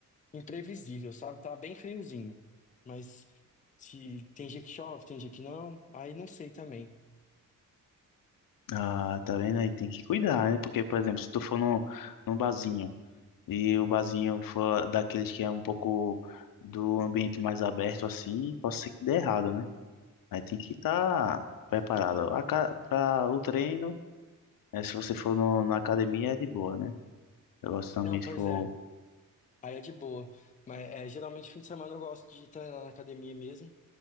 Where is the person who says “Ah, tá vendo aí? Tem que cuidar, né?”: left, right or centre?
Left